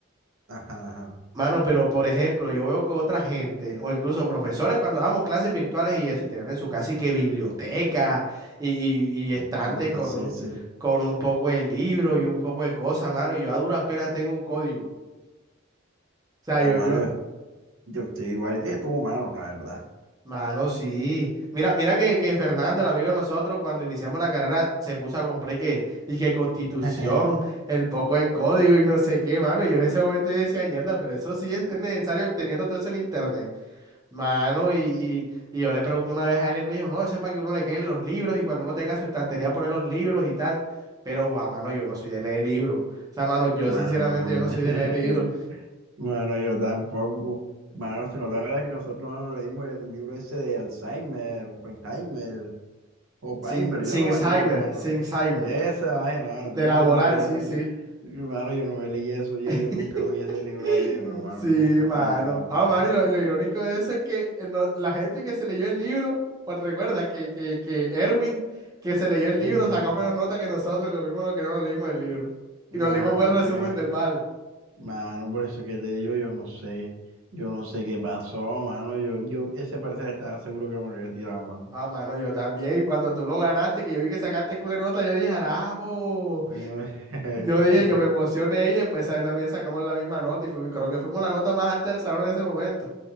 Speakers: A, on the right (about 70°); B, on the right (about 15°).
A: Ajá, ajá.
B: Mano, pero por ejemplo, yo veo que otra gente, o incluso profesores, cuando damos clases virtuales y eso, tienen en su casi que biblioteca y, y- y estantes
A: Mierda,
B: con
A: sí,
B: un,
A: sí.
B: con un poco de libro y un poco de cosas, mano, y yo a duras penas tengo un código. O sea,
A: Ah,
B: yo,
A: mano,
B: yo,
A: yo, yo estoy igual que tú, mano, la verdad.
B: mano, sí. Mira, mira que, que Fernando, el amigo de nosotros, cuando iniciamos la carrera, se puso a comprar y que, y que Constitución,
A: <laughs>
B: el poco de código y no sé qué, mano. Yo en ese momento yo decía, mierda, pero eso sí es necesario teniendo todo eso en internet. Mano, y, y- y yo le pregunté una vez a él, él me dijo, no, eso es para que uno le queden los libros y cuando uno tenga su estantería poner los libros y tal. Pero, Juan, mano, yo no soy de leer libros. O sea, mano, yo
A: Mano,
B: sinceramente yo no soy de
A: <laughs>
B: leer libros.
A: mano, yo tampoco. Mano, si no te acuerdas que nosotros no leímos el libro ese de Alzheimer, Oppenheimer. O Paimber,
B: Sin, sin
A: yo no me
B: Alzheimer,
A: acuerdo, mano.
B: sin Alzheimer.
A: Esa vaina, mano,
B: De
A: tú crees
B: laboral,
A: que yo me acuerdo.
B: sí, sí.
A: Mano, yo no me leí eso, oye,
B: <laughs>
A: yo nunca cogí ese libro
B: Sí,
A: a leer, pero mano, nunca
B: mano.
A: fue nunca, mano.
B: Ah, mano, y lo, y lo irónico de eso es que eh, no- la gente que se leyó el libro, pues recuerda que, que, que Erwin, que se leyó el
A: Ujú.
B: libro, sacó menos nota que nosotros, que vimos lo que no nos leímos el libro.
A: Nah,
B: Y nos leímos buen resumen
A: pues,
B: del Vale.
A: mano, por eso que te digo, yo no sé, yo no sé qué pasó, mano, yo, yo, ese parcial estaba seguro que me lo había tirado, mano.
B: Ah, mano, yo también. cuando tú lo ganaste, que yo vi que sacaste culo de nota, yo dije, arajo.
A: No- <laughs>
B: Yo dije, yo me emocioné y después ahí también sacamos la misma nota y fui- creo que fuimos la nota más alta del salón en ese momento.